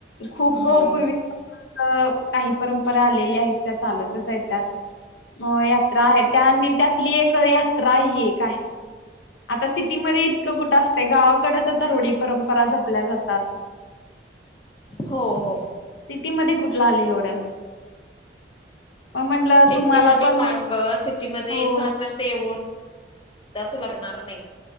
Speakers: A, on the left (about 85°); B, on the left (about 25°).
A: खूप
B: हो हो
A: पूर्वी काही परंपरा आलेल्या आहेत त्या चालतच आहे त्यात म यात्रा आहे त्या आणि त्यातली एक यात्रा ही एक आता सिटीमध्ये इतकं कुठं असतं गावाकडच आता रोळी परंपरा केल्या जातात....
B: हो हो
A: ती ती टीम मध्ये कुठलं आलेय एवढं मग म्हंटलं
B: सिटीमध्ये
A: तुम्हाला पण
B: <unintelligible> सिटीमध्ये
A: हो
B: एखादं देऊळ <unintelligible> लागणार नाही